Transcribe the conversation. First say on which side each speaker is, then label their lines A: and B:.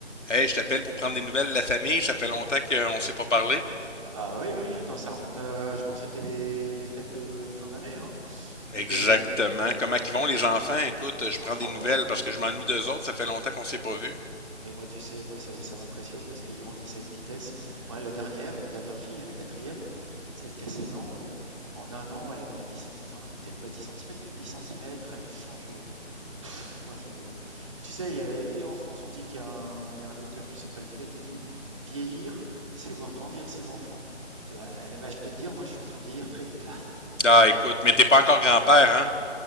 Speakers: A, on the left; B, on the right.
A: Hey, je t'appelle pour prendre des nouvelles de la famille, ça fait longtemps qu'on ne s'est pas parlé.
B: Ah bah, oui, oui, oui, attends, ça remonte à je pense c'était les, les fêtes de fin d'année, hein.
A: Exactement.
B: Donc, heu, le mais
A: Comment qu'ils vont les enfants? Écoute, je
B: oh
A: prends des nouvelles
B: mais tu
A: parce que je m'ennuie d'eux autres, ça fait longtemps qu'on s'est pas vus.
B: mais moi, tu sais, moi, ça ça m'impressionne parce qu'ils grandissent à une vitesse. Moi, la dernière, ma dernière fille, là, la quatrième celle qui a 16 ans, heu, en un an, elle a pris 10 centi enfin, peut-être pas 10 centimètres, mais 8 centimètres, elle change, heu, moi, je tu sais, il y a et en France, on dit qu'il y a un il y a un auteur, je sais pas lequel, il dit: «Vieillir, c'est voir grandir ses enfants». Et ben et bah, je peux te dire, moi, je suis en train de vieillir très vite, là.
A: Ah, écoute, mais t'es pas encore grand-père, hein?